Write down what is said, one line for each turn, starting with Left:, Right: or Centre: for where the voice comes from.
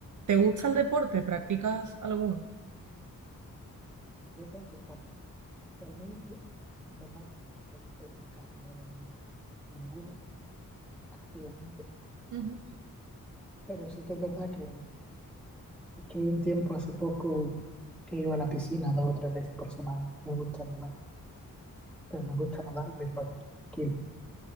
Right: ¿Te gusta el deporte? ¿Practicas alguno?
Centre: otras deportes. Actualmente, es verdad que no estoy practicando ninguno activamente,
Right: Ujú.
Centre: pero sí que es verdad que estuve un tiempo hace poco que iba a la piscina dos o tres veces por semana. Me gusta nadar, pero me gusta nadar a mi rollo, tranquilo.